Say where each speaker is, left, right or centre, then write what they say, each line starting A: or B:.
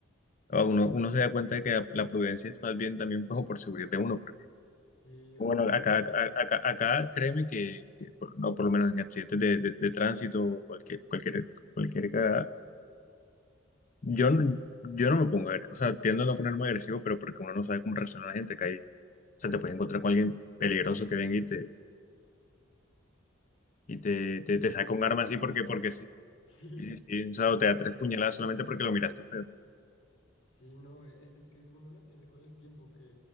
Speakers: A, on the left; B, on the left.
A: o uno, uno
B: que,
A: se da cuenta
B: eh, sí,
A: de que la, la prudencia
B: no,
A: es más bien también como por seguridad de uno, porque,
B: sí,
A: bueno, acá,
B: porque
A: acá,
B: es,
A: acá, acá créeme que, que por- no, por lo menos en accidentes de, de, de tránsito o cualquier, cualquier, cualquier cagada, yo, no- yo no me pongo, agre- o sea, tiendo a no ponerme agresivo, pero porque uno no sabe cómo reacciona la gente, acá hay, o sea, te puedes encontrar con alguien peligroso que venga y te, y te, te,
B: sí
A: te
B: que
A: saca
B: te pegué
A: un arma
B: par
A: así
B: puñaladas,
A: porque, porque sí.
B: <laughs> sí,
A: Sí, sí, sí, o sea, o te da tres
B: pegué
A: puñaladas
B: par puñaladas,
A: solamente porque lo miraste feo.
B: sí, no, e- es que eso uno lo entiende con el tiempo